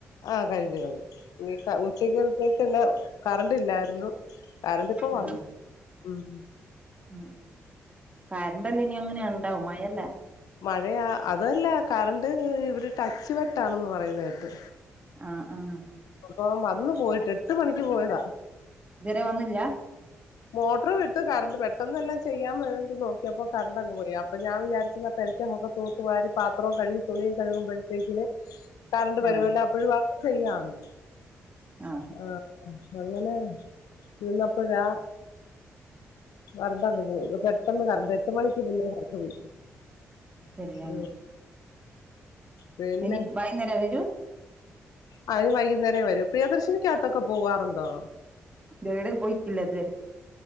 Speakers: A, on the left; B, on the right.
A: ആഹ് കഴിഞ്ഞു കഴിഞ്ഞു ഇനി ഉച്ചക്കത്തേക്ക്ന്നെ കറണ്ട് ഇല്ലായിരുന്നു. കാരണ്ട്പ്പൊ വന്നു
B: ആഹ്
A: ഉം.
B: ഉം കറന്റ് ഇനി എങ്ങനെ ഉണ്ടാവും മഴല്ലേ
A: മഴയാ അതല്ല കറണ്ട് ഇവര് ടച്ച് വെട്ടാണെന്ന് പറയുന്ന കേട്ട്
B: ആഹ് ആഹ്
A: ആഹ് വന്ന് പോയിട്ട് എട്ട് മണിക്ക് പോയതാ
B: ഇതേരെ വന്നില്ലാ
A: മോട്ടറ് വിട്ട് കറണ്ട് പെട്ടെന്ന് എല്ലാം ചെയ്യാൻ വേണ്ടി നോക്കിയപ്പോ കറണ്ട്ങ് പോയി അപ്പൊ ഞാൻ വിചാരിച്ച് <unintelligible> തുത്തുവാരി പാത്രവും കഴുകി തുണിയും കഴുകുമ്പോഴത്തേക്കിന് കറണ്ട് വരുവല്ലോ
B: ആഹ്
A: അപ്പഴും ബാക്കി ചെയ്യാന്ന്
B: ആഹ്
A: ആഹ് അങ്ങനെ നിന്നപ്പഴാ കറണ്ടങ്ങ് പോയി പെട്ടന്ന് കറണ്ട് എട്ട് മണിക്ക് മുന്നെ കറണ്ട് പോയി
B: ശരിയാണ്
A: ഉം പിന്നെ
B: ഇനി വൈകുന്നേരോ വരൂ
A: അവര് വൈകുന്നേരേ വരു പ്രിയദർശിനിക്കകത്തൊക്കെ പോവാറുണ്ടോ
B: എവിടെയും പോയിട്ടില്ല ഇതുവരെ